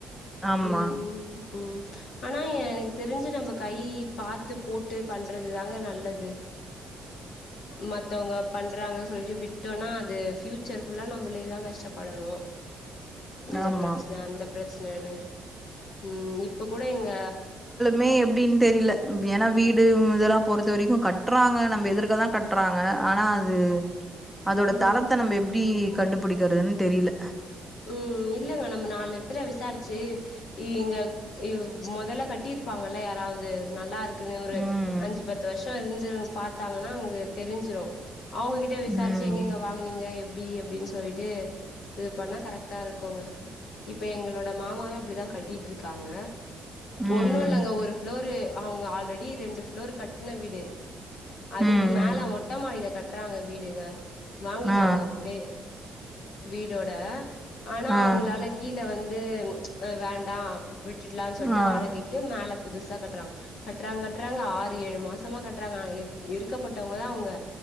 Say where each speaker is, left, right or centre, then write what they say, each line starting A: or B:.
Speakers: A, in the centre; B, on the left.
A: ஆமா
B: உ உ ஆனா ஏ னக்கு தெரிஞ்சு நம்ம கை பாத்து போட்டு பண்றது தாங்க நல்லது மத்தவங்க பண்றாங்கன்னு சொல்லிட்டு விட்டோம்னா அது பிஃயூச்சர்ஃபுல்லா நம்மளேதா கஷ்டப்படணு இந்த
A: ஆமா
B: பிரச்சன அந்த பிரச்சனனு உ இப்ப கூட எங்க
A: மே எப்டின்னு தெரில ஏன்னா வீடு இதெல்லா பொறுத்த வரைக்கு கட்டுறாங்க நம்ம எதுக்கதா கட்றாங்க ஆனா அது அதோட
B: ம்.
A: தரத்த நம்ம எப்டி கண்டுபிடிக்குறதுன்னு தெரியல
B: ம் இல்லங்க நம்ம நாலு எடத்ல விசாரிச்ச ச்சி இங்க மொதல்ல கட்டியிருப்பாங்கல்ல யாராவது நல்லா இருக்கு இரு ஒரு
A: ம்
B: அஞ்சு பத்து வருஷோ இருந்து பாத்தாங்கன்னா அவுங்க தெரிஞ்சிரு அவுங்ககிட்ட விசாரிச்சு
A: ம்
B: எங்க எங்க வாங்குனீங்க எப் இப்டி அப்டின்னு சொல்லிட்டு இது பண்ணா கரெக்டா இருக்குங்க இப்ப எங்களோட மாமாவே அப்டிதா கட்டிட்டு இருக்காங்க
A: ம்
B: ஒன்னு இல்லங்க ஒரு ஒரு அவுங்க ஆல்ரெடி ரெண்டு இ்ன்னோரு ஒரு கட்ன வீடு அதுக்கு
A: ம்
B: மேல
A: ம்
B: மொட்ட மாடியில கட்றாங்க வீடுக வாங்கிட்டாங்க
A: ஆ
B: அப்டியே வீடோட ஆனா
A: ஆ
B: அவுங்களால கீழ வந்து வேண்டா விட்டுடலா சொல்லிட்டு
A: ஆ
B: வாடகைக்கு மேல புதுசா கட்றாங்க கட்றாங்க கட்றாங்க ஆர் ஏழு மாசமா கட்றாங்க ஆன இருக்கப்பட்டவங்கதா அவுங்க